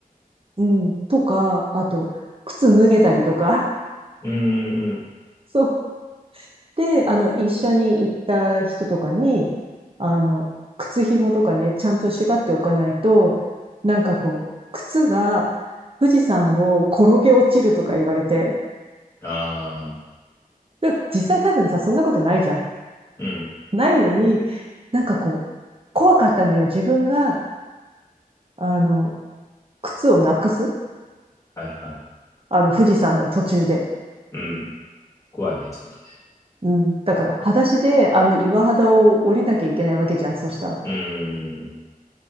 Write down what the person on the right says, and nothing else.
うん。とか、あと、靴脱げたりとか。<laughs>
そう。で、あの、一緒に行った人とかに、あの、靴紐とかね、ちゃんと縛っておかないと、なんかこう、靴が富士山を転げ落ちるとか言われて。
でも実際多分さ、そんなことないじゃん。
ないのに、なんかこう、怖かったのよ。自分が、あの、靴をなくす。
あの、富士山の途中で。
うん。だから、裸足であの岩肌を降りなきゃいけないわけじゃん、そしたら。